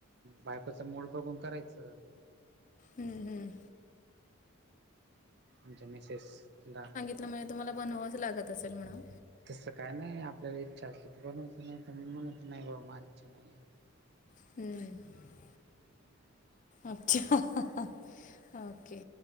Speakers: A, on the right; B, on the left.
A: बायकोचं मोड बघून करायच.
B: हम्म हम्म.
A: आमचे मेसेजला
B: त्यामुळे तुम्हाला बनवावं लागत असेल म्हणून
A: तसं काय नाही आपल्याला इच्छा असते त बनवायचं नाही तर मी म्हनाच नाही बा माझ इच्छा नाही.
B: हम्
A: <inaudible>
B: अच्छा. हा हा हा ओके